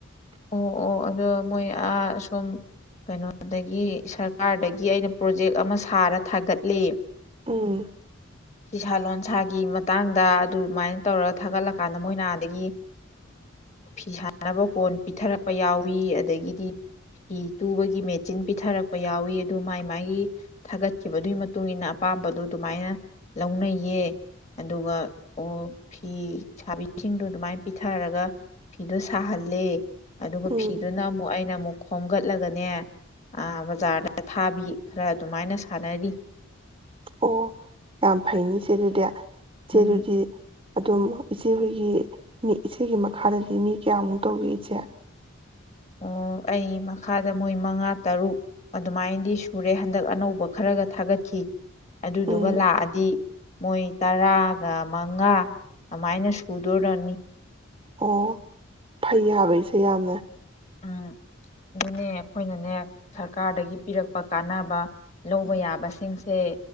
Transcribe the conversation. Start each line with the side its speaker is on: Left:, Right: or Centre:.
Left: ꯑꯣ ꯑꯣ ꯑꯗꯣ ꯃꯣꯏ ꯁꯨꯝ ꯀꯩꯅꯣꯗꯒꯤ ꯁꯔꯀꯥꯔꯗꯒꯤ ꯑꯩꯅ ꯄ꯭ꯔꯣꯖꯦꯛ ꯑꯃ ꯁꯥꯔ ꯊꯥꯒꯠꯂꯤ
Right: ꯑꯥ
Left: ꯐꯤꯁꯥ ꯂꯣꯟꯁꯥꯒꯤ ꯃꯇꯥꯡꯗ ꯑꯗꯨꯃꯥꯏꯅ ꯇꯧꯔꯒ ꯊꯥꯒꯠꯂꯀꯥꯟꯗ ꯃꯣꯏꯅ ꯑꯗꯒꯤ ꯐꯤ ꯁꯥꯥꯟꯅꯕ ꯀꯣꯟ ꯄꯤꯊꯔꯛꯄ ꯌꯥꯎꯏꯤ ꯑꯗꯒꯤꯗꯤ ꯐꯤ ꯇꯨꯕꯒꯤ ꯃꯦꯆꯤꯟ ꯄꯤꯊꯔꯛꯄ ꯌꯥꯎꯏꯤ ꯑꯗꯨ ꯃꯥꯏ ꯃꯥꯒꯤ ꯊꯥꯒꯠꯈꯤꯕꯗꯨꯒꯤ ꯃꯇꯨꯡ ꯃꯇꯨꯡꯏꯟꯅ ꯑꯄꯥꯝꯕꯗꯨꯣ ꯑꯗꯨꯃꯥꯏꯅ ꯂꯧꯅꯩꯌꯦ ꯑꯗꯨꯒ ꯑꯣ ꯐꯤ ꯁꯥꯕꯤꯁꯤꯡꯗꯣ ꯑꯗꯨꯃꯥꯏꯅ ꯄꯤꯊꯔꯒ ꯐꯤꯗꯣ ꯁꯥꯍꯜꯂꯦ ꯑꯗꯨꯒ
Right: ꯎꯝ
Left: ꯐꯤꯗꯨꯅ ꯑꯃꯨꯛ ꯑꯩꯅ ꯑꯃꯨꯛ ꯈꯣꯝꯒꯠꯂꯒꯅꯦ ꯕꯖꯥꯔꯗ ꯊꯥꯕꯤ ꯈꯔ ꯑꯗꯨꯃꯥꯏꯅ ꯁꯥꯟꯅꯔꯤ
Right: ꯑꯣ ꯌꯥꯝ ꯐꯩꯅꯤꯁꯦ ꯏꯆꯦ ꯑꯗꯨꯗꯤ <unintelligible>
Left: ꯎꯝ
Right: ꯑꯗꯨꯗꯤ ꯑꯗꯣ ꯏꯆꯦꯍꯣꯏꯒꯤ ꯃꯤ ꯏꯆꯦꯒꯤ ꯃꯈꯥꯗꯗꯤ ꯃꯤ ꯀꯌꯥꯃꯨꯛ ꯇꯧꯒꯦ ꯏꯆꯦ
Left: ꯑꯣ ꯑꯩ ꯃꯈꯥꯗ ꯃꯣꯏ ꯃꯉꯥ ꯇꯔꯨꯛ ꯑꯗꯨꯃꯥꯏꯅꯗꯤ ꯁꯨꯔꯦ ꯍꯟꯗꯛ ꯑꯅꯧꯕ ꯈꯔꯒ ꯊꯥꯒꯠꯈꯤ ꯑꯗꯨꯗꯨꯒ
Right: ꯎꯝ
Left: ꯂꯥꯛꯑꯗꯤ ꯃꯣꯏ ꯇꯔꯥꯒ ꯃꯉꯥ ꯑꯃꯥꯏꯅ ꯁꯨꯗꯣꯔꯅꯤ
Right: ꯑꯣ ꯐꯩ ꯍꯥꯏꯕ ꯏꯆꯦ ꯌꯥꯝꯅ
Left: ꯎꯝ ꯑꯗꯨꯅꯦ ꯑꯩꯈꯣꯏꯅꯅꯦ ꯁꯔꯀꯥꯔꯗꯒꯤ ꯄꯤꯔꯛ ꯄ ꯀꯥꯟꯅꯕ ꯂꯧꯕ ꯌꯥꯕꯁꯤꯡꯁꯦ